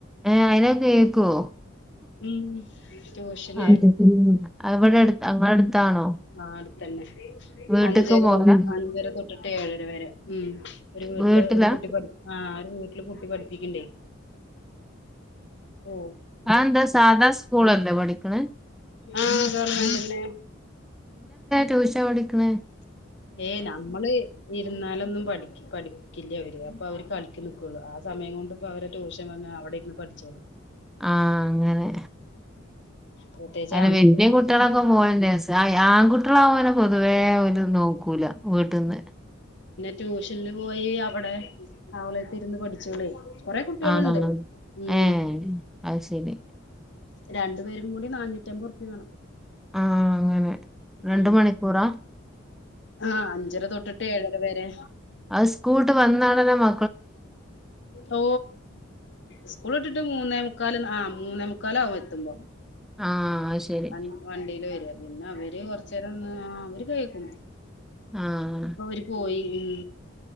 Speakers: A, in the centre; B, on the left.
A: ഏ അയിനൊക്കെ കേക്കോ
B: ഉം ട്യൂഷന്
A: അ അവിടെ അങ്ങടെ അടുത്താണോ
B: ആ അടുത്തന്നെ
A: വീട്ട്ക്ക്
B: അഞ്ചര
A: പോവലാ
B: അഞ്ചര തൊട്ടിട്ട് ഏഴര വരെ ഉം ഒരു വീ
A: വീട്ടിലാ
B: ട്ടില് ഒരു കുട്ടി ആ ഒരു വീട്ടില് കുട്ടി പഠിപ്പിക്കണ്ടേ ഓ
A: ആ എന്താ സാധാ സ്കൂളല്ലേ പഠിക്ക്ണേ
B: ആ ഗവണ്മെന്റ്ന്നെ
A: ട്യൂഷൻപഠിക്ക്ണെ
B: ഏ നമ്മള് ഇരുന്നാലൊന്നും പഠി പഠിക്കില്ല അവര് അപ്പൊ അവര് കളി നിക്കുള്ളു ആ സമയം കൊണ്ട് ഇപ്പോ അവര് ട്യൂഷൻ അവിടെരുന്ന് പഠിച്ചോളു
A: ആ അങ്ങനെ
B: പ്രത്യേകിച്ച്
A: അ
B: ആൺകുട്ടി
A: വലിയ കുട്ടികളൊക്കെ പോലെ ആൺകുട്ടികളാവന പൊതുവേ ഓല് നോക്കൂല വീട്ട്ന്ന്
B: ട്യൂഷനിൽ പോയി അവെടെ അവളെത്തിരുന്ന് പഠിച്ചോളേ കൊറെ കുട്ട്യോള്ണ്ട്
A: ആഹ്
B: മ്
A: ഏഹ് അത് ശരി
B: രണ്ടു പേരും കൂടി നാനൂറ്റമ്പത്റു പ്യാ വേണം.
A: ആഹ് അങ്ങനെ രണ്ട്
B: ഉം
A: മണിക്കൂറാ
B: ആഹ് അഞ്ചര തൊട്ടിട്ട് ഏഴര വരെ
A: അ സ്കൂള്ട്ട് വന്നാടെ ന്നെ മ
B: ഓ സ്കൂള് ഇട്ടിട്ട് മൂന്നേ മുക്കാല് ആ മൂന്നേ മുക്കാലാകും എത്തുമ്പോ
A: ആഹ് അത് ശരി
B: വ വണ്ടിയില് വരിക പിന്നെ അവര് കൊറച്ചേരം ഒന്ന് ആ അവര് കയ് ക്കും
A: ആഹ്
B: പ്പം അവര് പോയി ഉം